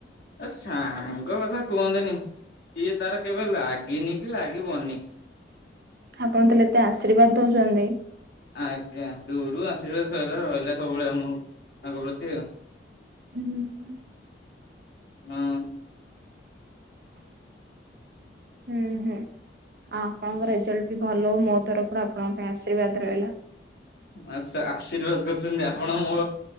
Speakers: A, on the left (about 60°); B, on the right (about 60°).
A: ଏ ସାଙ୍ଗ କଥା କୁହନ୍ତୁ ନି ସିଏ ତାର କେବେ ଲାଗିନି କି ଲାଗିବନି?
B: ଆପଣ ତାହେଲେ ଏତେ ଆଶ୍ରୀର୍ବାଦ ଦଉଛନ୍ତି।
A: ଆଜ୍ଞା ଦୂରୁ ଆଶ୍ରୀର୍ବାଦ ସଇଲା ରହିଲା ସବୁବେଳେ ମୁଁ ତାଙ୍କ ପ୍ରତି ଆଉ।
B: ଓହୋ।
A: ହଁ।
B: ହୁଁ ହୁଁ। ଆଉ ଆପଣଙ୍କ ରେଜଲ୍ଟ ବି ଭଲ ହଉ ମୋ ତରଫରୁ ଆପଣଙ୍କ ପାଇଁ ଆଶ୍ରୀର୍ବାଦ ରହିଲା?
A: ଆଚ୍ଛା ଆଶ୍ରୀର୍ବାଦ କରୁଛନ୍ତି ଆପଣ ମୋ